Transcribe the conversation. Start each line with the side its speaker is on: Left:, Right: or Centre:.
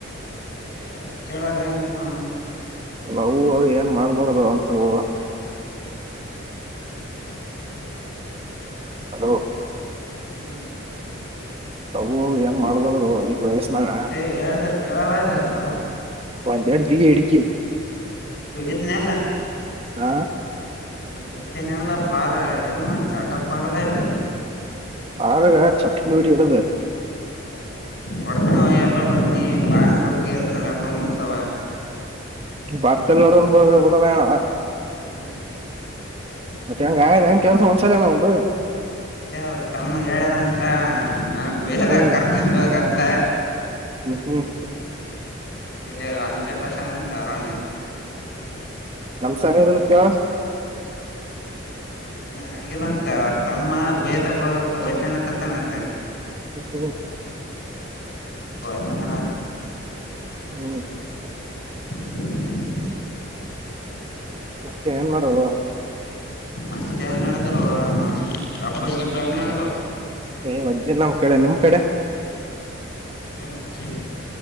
Left: ಅದೇ ಹೇಳಿದ್ರೆ ಕೇಳಲಾಗಿನ್ ಅವನ್ನವ್
Right: ಅಲ್ಲ ಹ ಅ ಏನ್ ಮಾಡ್ಬಾರ್ದ ಅಂತ ಹೂ
Left: ಹ
Right: ಹಲೋ
Left: ಹ್ಮ್
Right: ನಾವು ಏನ್ ಮಾಡ್ಬಾರದು ಅದಗ್ ವಯಸ್ನಾಗ
Left: ಅದೇ ಹೇಳಿದ್ರ ಕೇಳಲ್ಲ ಆ್ತ ಬಾರ
Right: ಒಂದೆರಡು ಬೀಗ ಇಡಕ್ಕಿ
Left: ಗದನಲ್ಲ
Right: ಹಾ
Left: ಗಗದಿನ ಎಲ್ಲ ಬಾರ ಏನ್ ಮಾಡ್ತಟಪ್ಪಾಗಲ್ಲ ಇರದು
Right: ಆಳಗ ಚಪ್ಪಲ್ ವೀಡಿ ಇಡದೆ
Left: ಹೊಡತನವ ಎಲ್ಲ ಹೊಡನಿ ಬಾರ್ಕಲ್ ಗೇರ್ಕಲ್ ಎಲ್ಲ ಮುಗ್ದಾವ
Right: ಹ ಕಲ್ಲೋಡ ಮು ಇಡೆಡೇಣ
Left: ಹ್ಮ್
Right: ಮತ್ತೆ ಹೆಂಗಾಯಂಗೆ ಕೆಲಸ ಸಂಸಾರನ ಒಂದು
Left: ಅಯ್ತ ಅವ್ರ ತಮ್ಮ ಹೇಳೇನಂತ ನನ್ಗ್ ಗುಯ್ಯದಾಗ
Right: ಹ್ಮ್
Left: ಕರ್ಕೊಂಡ್ ಹೋಗಂತ
Right: ಹ್ಮ್ ಹ್ಮ್
Left: ಕೈಕಲ್ಲಿ ಅಂಜಕ್ಕ ತನ ತರೋಣ್ಣೆ
Right: ಕೆಲ್ಸ ಹಂಗದಲ್ ಕಾವ
Left: ಆಲ್ಲಂತ ಅವ್ರ ತಮ್ಮ ಗೊಯದಾಗ ಹೋಗಕ ಒಲ್ನ ಕತಾನ ಅಂತೆ
Right: ಎ
Left: ಬಂದ
Right: ಹ್ಮ್
Left: <inaudible> <unintelligible>
Right: ಮತ್ತೇಏನ್ ಮಾಡವ
Left: ಮತ್ತೆ ನಡದಲ್ ಹಬ್ಬ ಹಬ್ಬ ಹೆಂಗ ನಡ್ದ
Right: ಏ್ ಮಜ್ಜೆ ನಮ್ಮ್ ಕಡೆ ನಿಮ್ ಕಡೆ
Left: ಮು ಕಡೆಜೆ